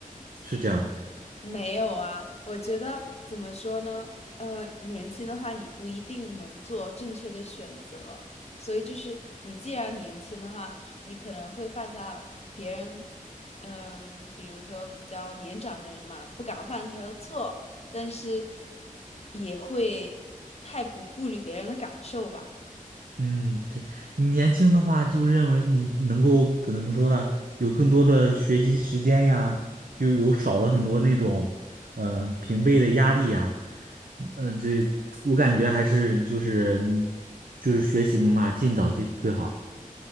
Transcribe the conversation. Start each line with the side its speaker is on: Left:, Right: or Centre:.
Right: 是这样的。
Left: 没有啊，我觉得怎么说呢？呃，年轻的话，你不一定能做正确的选择，所以就是你既然年轻的话，你可能会犯下别人，嗯，比如说比较年长的人嘛，不敢犯下的错，但是也会太不顾虑别人的感受吧。
Right: 嗯，对，你年轻的话，就认为你能够跟怎么说呢？有更多的学习时间呀，就有少了很多那种，嗯、平辈的压力呀。呃，对，我感觉还是就是嗯就是学习的话，尽早就最好。